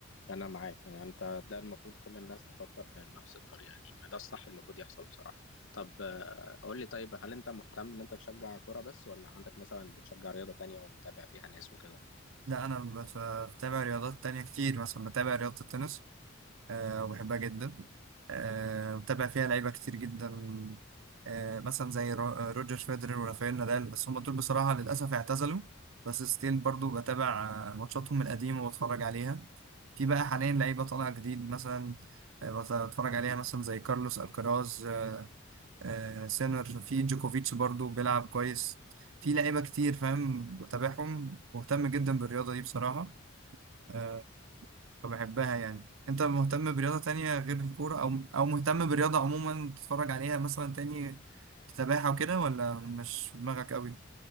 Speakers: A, on the left; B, on the right.
A: انا معاك يعني انت ده المفروض كل الناس تفكر بنفس الطريقه دي يعني ده الصح المفروض يحصل بصراحه طب آه، قول لي طيب هل انت مهتم ان انت تشجع كوره بس ولا عندك مثلا بتشجع رياضه تانية ومتابع فيها ناس وكده
B: لا انا بت- بتابع رياضات تانية كتير مثلا بتابع رياضه التنس آه، وبحبها جدا آه، متابع فيها لعيبة كتير جدا آه، مثلا زي رو- آه، روجر فيدرر ورافائيل نادال بس هم دول بصراحة للأسف اعتزلوا بس ستيل برضو بتابع آه، ماتشاتهم القديمة واتفرج عليها في بقى حاليا لعيبة طالعة جديد مثلا آه، بتفرج عليها مثلا زي كارلوس الكراز آه، آه، سينر في جوكوفيتش برضو بيلعب كويس في لعيبة كتير فاهم بتابعهم مهتم جدا بالرياضة دي بصراحة آه، فبحبها يعني انت مهتم برياضة تانية غير الكورة او او مهتم برياضة عموما تتفرج عليها مثلا تاني سباحة وكده ولا مش في دماغك قوي